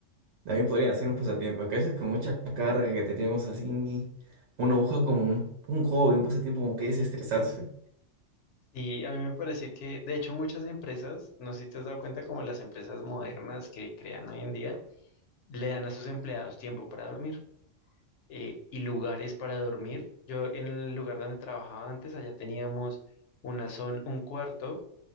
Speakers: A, on the right (about 70°); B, on the left (about 70°).
A: También podrían hacer un pasatiempo, que a veces con mucha carga que tenemos así, uno busca como un, un hobby, un pasatiempo como que desestresarse.
B: Y a mí me parece que, de hecho, muchas empresas, no sé si te has dado cuenta, como las empresas modernas que crean hoy en día, le dan a sus empleados tiempo para dormir. eh, y lugares para dormir. Yo en el lugar donde trabajaba antes, allá teníamos una zona, un cuarto